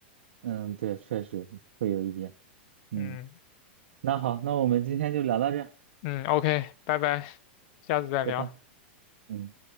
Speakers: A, on the right (about 80°); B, on the left (about 50°).
A: 嗯，对，确实会有一点。嗯，
B: 嗯
A: 那好，那我们今天就聊到这儿，
B: 嗯，OK，拜拜，下次再聊。
A: 拜拜。嗯。